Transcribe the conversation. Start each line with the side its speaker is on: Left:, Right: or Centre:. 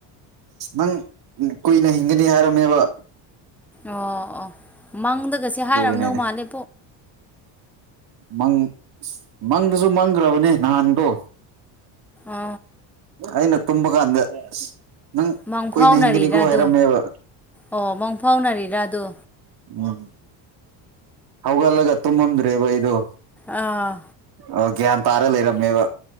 Right: ꯑ ꯅꯪ ꯀꯨꯏꯅ ꯍꯤꯡꯒꯅꯤ ꯍꯥꯏꯔꯝꯃꯦꯕ
Centre: ꯑꯣ ꯑꯣ ꯃꯪꯗꯒꯁꯦ
Right: ꯑꯗꯨꯒꯤꯅꯦꯗ
Centre: ꯍꯥꯏꯔꯑꯝꯗꯧ ꯃꯥꯜꯂꯦ
Right: ꯪ ꯃꯪꯗꯨꯁꯨ ꯃꯪꯈ꯭ꯔꯕꯅꯦ ꯅꯍꯥꯟꯗꯣ
Centre: ꯑ
Right: ꯑꯩꯅ ꯇꯨꯝꯃ ꯀꯥꯟꯗ ꯅꯪ
Centre: ꯃꯪ
Right: ꯀꯨꯏꯅ
Centre: ꯐꯥꯎꯅꯔꯤꯔ
Right: ꯍꯤꯡꯒꯅꯤꯀꯣ
Centre: ꯑꯗꯣ
Right: ꯍꯥꯏꯔꯝꯃꯦꯕ
Centre: ꯑꯣ ꯃꯪ ꯐꯥꯎꯅꯔꯤꯔꯥ ꯑꯗ
Right: ꯎꯝ ꯍꯧꯒꯂꯒ ꯇꯨꯃꯃꯗꯔ꯭ꯦꯕꯥ ꯑꯩꯗꯣ
Centre: ꯑꯥ
Right: ꯑꯣ ꯒ꯭ꯌꯥꯟ ꯇꯥꯔ ꯂꯩꯔꯝꯃꯦꯕ